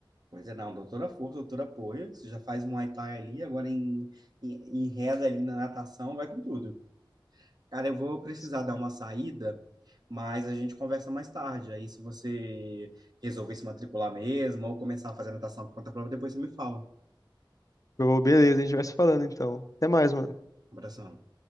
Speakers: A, on the right; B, on the left.
A: Pois é, não, doutora força, doutora apoia. Você já faz um Muay Thai ali, agora em, em, em reda ali na natação, vai com tudo. Cara, eu vou precisar
B: Sim.
A: dar uma saída, mas a gente conversa mais tarde. Aí, se você resolver se matricular mesmo ou começar a fazer natação por conta própria, depois você me fala.
B: Eu, beleza, a gente vai se falando então. Até mais, mano.
A: Um abração.